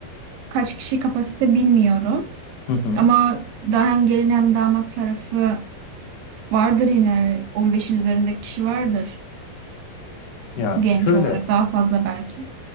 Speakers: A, on the right (about 80°); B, on the left (about 80°).
A: kaç kişi kapasite bilmiyorum.
B: Hı hı.
A: Ama daha hem gelin hem damat tarafı vardır yine. 15'in üzerinde kişi vardır
B: Ya
A: genç
B: şöyle
A: olarak. Daha fazla belki.